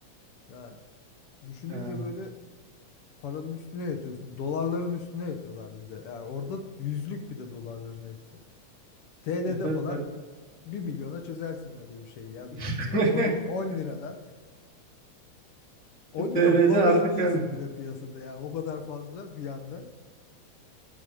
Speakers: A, on the left; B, in the centre.
A: Ya Düşününce
B: Ya,
A: böyle paranın üstüne yatıyorsun. Dolarların üstüne yatıyorlar bir de. Yani orada yüzlük bir de dolarların hepsi. TL'de
B: e, tabii
A: falan
B: tabii.
A: bir milyona çözersin öyle bir şey ya büyük
B: <laughs>
A: ihtimal. 10, 10 liradan. 10
B: TL'de
A: lira bulamayabilirsin
B: artık yani
A: bile piyasada yani o kadar fazla bir anda.